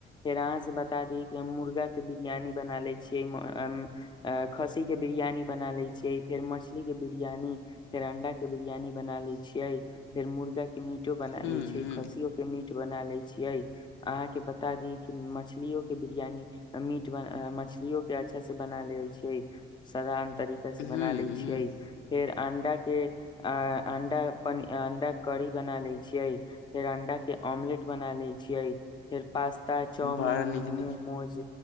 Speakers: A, on the left; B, on the left.
A: फेर अहाँ से बता दी कि हम मुर्गा के बिरियानी। बना ले छियै म अ। एक। खस्सी के बिरयानी। बना ले छै। फेर मछली के बिरियानी फेर अंडा के बिरयानी। बना ले छियै। फेर मुर्गा। मीटो बना
B: हम्म
A: ले छै खस्सियो के मीट। बना ले छियै अहाँ के बता दी कि मछलियो के बिरयानी मीट मछलियो के अच्छा से बना ले छै। तरीका से
B: हम्म
A: बना लै छियै फेर। अंडा के अंडा अंडा करी बना ले छैय। छियै फेरंडा के ऑमलेट। बना लै छियै फेर। पास्ता चाउमिन
B: बड़ा नीक
A: मोमोज।
B: नीक